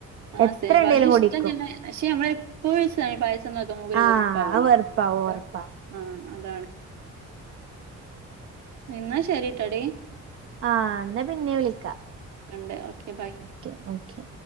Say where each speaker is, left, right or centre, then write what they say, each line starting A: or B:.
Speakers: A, on the right; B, on the right.
A: ആഹ്
B: എത്ര
A: സെമ്യേ പായസും
B: ഉണ്ടേലും
A: ഇഷ്ട്ടെന്നെണ്
B: കുടിക്കും
A: പക്ഷെ നമ്മള് എപ്പഴും ഈ സെമ്യേ പായസം ഇണ്ടാകുമ്പോ നമ്മുക്കൊരു
B: ആഹ്
A: വെറുപ്പാവൊല്ലോ
B: അത് വെറുപ്പാവും
A: ഇതാണ്
B: ഒറപ്പാ
A: ആഹ് അതാണ് ഇന്നാ ശെരിട്ടഡീ
B: ആഹ് ന്നാ പിന്നെ വിളിക്ക
A: ണ്ട് ഓക്കെ ബായ്
B: ക്കെ ഓക്കെ